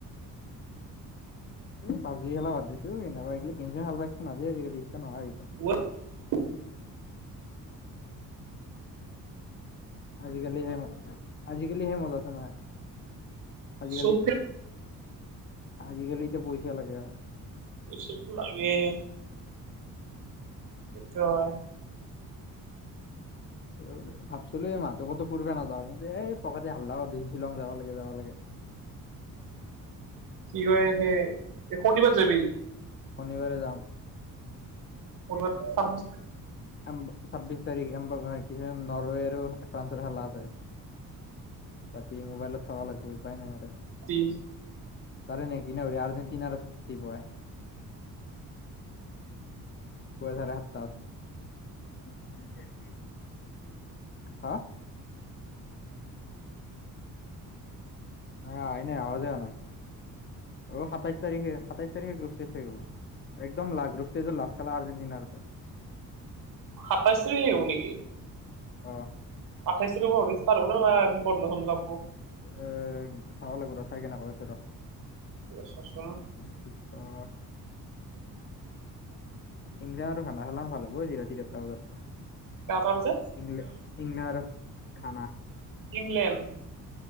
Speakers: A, on the left (about 35°); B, on the right (about 65°).
A: সেই পাব্জি খেলা বাদ দিছো কেনেকুৱা এইগিলা গেম চেম ভাল নাপাইছো, আজিকালি ইচ্ছা নহা হৈছে।
B: ৱাট?
A: আজিকালি সে আজিকালি সে মজাটো নাই। আজিকালি
B: চব
A: আজিকালি এতিয়া পইচা লাগে হয়।
B: পইচাটো লাগে। সেইটো হয়।
A: এই ব ভাবিছিলো এই মাহতো কতো ফুৰবা নাযাওঁ, কিন্তু এই পকেতি হাল্লা কৰি দিছে শ্বিলং যাব লাগে যাব লাগে।
B: কি কৰে সেই- শনিবাৰ যাবি
A: শনিবাৰে যাম।
B: ওনৈশ ছাব্বিছ-
A: এম্ব ছাব্বিছ তাৰিখ এন্ব <unintelligible> আৰু। ফ্ৰান্সৰ খেলা আছে। ৰাতি মোবাইলত চাব লাগিব উপায় নাই আৰু।
B: তি।
A: তাৰে নে কিনে অওৰে আৰ্জেটিনাৰ জিকিবই। পৈছা দেহ তাত। <unintelligible> হাঁ? না আহাই নাই আৱাজে আহা নাই, অও সাতাইশ তাৰিখে। সাতাইছ তাৰিখে গ্ৰুপ টেষ্ট শেষ হব, একদম লা গ্ৰুপ ষ্টেজৰ লাষ্ট খেলা আৰ্জেণ্টিনাৰ আছে।
B: সাতাইশ তাৰিখে হব নেকি?
A: অ
B: আঠাইশ তাৰিখো <unintelligible> বন্ধ চন্ধ থাকব।
A: এ চাব লাগিব ৰ, চাই কিনা কৈ আছো ৰ।
B: চাচোন।
A: অঁ' ইংলেণ্ড আৰু <unintelligible> ভাল হব আজি ৰাতি দহতা বজাত।
B: কাৰ কাৰ আছে
A: ইংলেণ্ড ইংলেণ্ড আৰু খানা।
B: ইংলেণ্ড